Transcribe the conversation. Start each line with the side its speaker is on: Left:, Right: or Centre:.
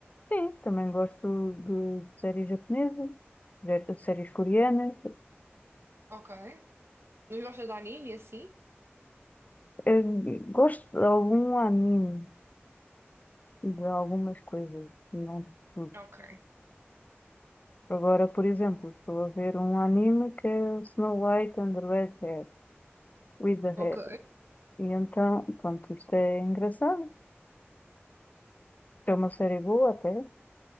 Left: Sim, também gosto de séries japonesas, de séries coreanas.
Right: Ok. Não gostas de anime assim?
Left: Eh, gosto de algum anime e de algumas coisas, não de tudo.
Right: Ok.
Left: Agora, por exemplo, estou a ver um anime que é o Snow White and the Red Hair, with the
Right: Ok.
Left: Hair. E então, pronto, isto é engraçado. É uma série boa até.